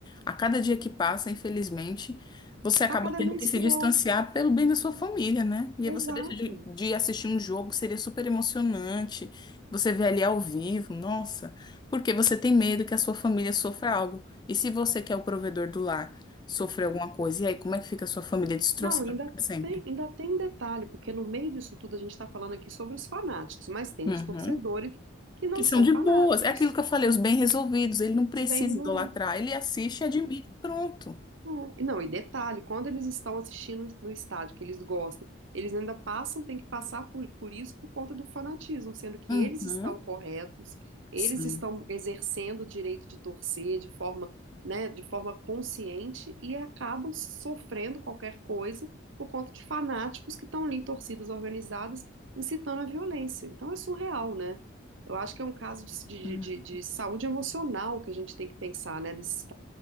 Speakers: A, on the left; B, on the right.
A: a cada dia que passa, infelizmente, você acaba
B: Tá cada
A: tendo
B: vez
A: que se
B: pior.
A: distanciar pelo bem da sua família, né? E
B: Exato.
A: aí você deixa de, de assistir um jogo, seria super emocionante. Você vê ali ao vivo, nossa, porque você tem medo que a sua família sofra algo. E se você, que é o provedor do lar, sofrer alguma coisa, e aí como é que fica a sua família destroçada
B: Não, ainda
A: para sempre?
B: tem, ainda tem um detalhe, porque no meio disso tudo a gente está falando aqui sobre os fanáticos, mas tem
A: Uhum.
B: os torcedores que não
A: Que são
B: são
A: de
B: fanáticos.
A: boas. É aquilo que eu falei, os bem resolvidos. Ele não precisa
B: Isso é Bem resolvido.
A: idolatrar. Ele assiste, admira, e pronto.
B: É, e Não, e detalhe, quando eles estão assistindo no estádio, que eles gostam, eles ainda passam, tem que passar por, por isso por conta do fanatismo, sendo que
A: Uhum.
B: eles estão corretos, eles
A: Sim.
B: estão exercendo o direito de torcer de forma, né, de forma consciente e acabam sofrendo qualquer coisa por conta de fanáticos que estão ali em torcidas organizadas incitando a violência. Então é surreal, né? Eu acho que é um caso de, de,
A: Hum.
B: de, de saúde emocional que a gente tem que pensar, né, desses,